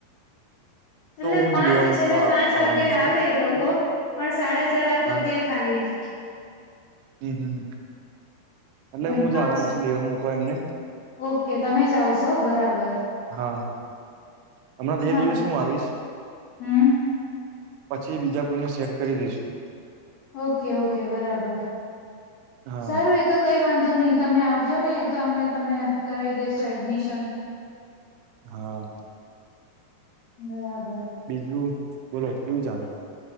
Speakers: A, on the right; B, on the left.
A: તો
B: એટલે
A: હું
B: પાંચ
A: જ લેવા મૂકવા
B: છેલ્લે પાંચ
A: આવવાનો
B: વાગે
A: છું.
B: આવે એ લોકો પણ સાડા ચાર તો
A: હા
B: કે ખાલી
A: હમ હમ એટલે
B: મેમ
A: હું જવાનું
B: પાંચ
A: છ લેવા મૂકો એમને
B: ઓકે તમે જાાવશો બરાબર
A: હા હમણાં બે
B: ના
A: દિવસ
B: ના
A: હું આવીશ
B: હમ
A: પછી બીજા કોઈને સેટ કરી દઈસુ
B: ઓકે ઓકે બરાબર
A: હા
B: સારું એ તો કઈ વાંધો નહી તમે આવજો ને તો અમે તમે કરાવી દેેશો એડમિશન
A: હા
B: બરાબર
A: બીજું બોલો કેવું ચાલે